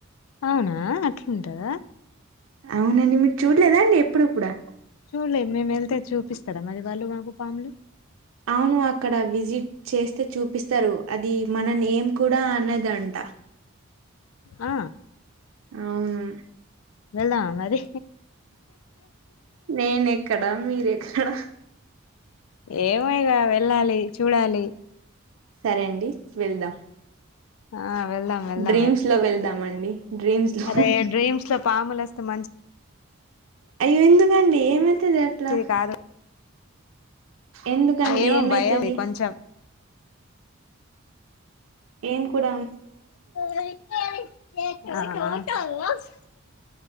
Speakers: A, on the left; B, on the right.
A: అవునా? అట్లా ఉంటదా
B: అవునండి మీరు చూడలేదా అండి ఎప్పుడు కూడా
A: చూడలే మేము వెళ్తే చూపిస్తారా మరి వాళ్ళు మాకు పాములు
B: అవును అక్కడ విజిట్ చేస్తే చూపిస్తారు అది మన నేమ్ కూడా అన్నదట
A: ఆ
B: అవును
A: వెల్ దామా మరి?
B: నేన్ ఎక్కడ మీర్ ఎక్కడ
A: ఏమయగా వెళ్ళాలి చూడాలి
B: సరే అండి వెళ్దాం
A: ఆ వెళ్దాం వెళ్దాం
B: డ్రీమ్స్
A: మరి
B: లో వెళ్దామండి డ్రీమ్స్ లో
A: అరే డ్రీమ్స్ లో పాములు వస్తే మంచి
B: అయ్యో ఎందుకండి ఏమైతుది అట్లా
A: మంచిది కాదు
B: ఎందుకండి
A: ఏమో
B: ఏమైతది
A: భయం కొంచెం
B: ఏం కూర
A: ఆ